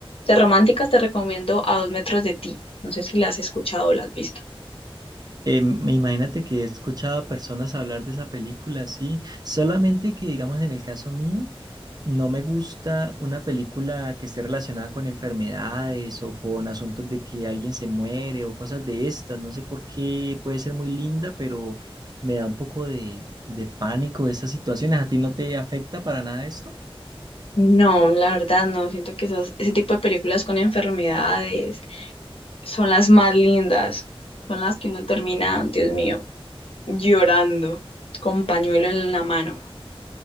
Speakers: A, on the left; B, on the right.
A: De románticas te recomiendo A dos metros de ti. No sé si la has escuchado o la has visto.
B: Eh, m- imagínate que he escuchado a personas hablar de esa película, sí. Solamente que, digamos, en el caso mío, no me gusta una película que esté relacionada con enfermedades o con asuntos de que alguien se muere o cosas de estas. No sé por qué puede ser muy linda, pero me da un poco de, de pánico esas situaciones. ¿A ti no te afecta para nada esto?
A: No, la verdad no. Siento que esos- ese tipo de películas con enfermedades son las más lindas. Son las que uno termina, Dios mío, llorando con pañuelo en la mano.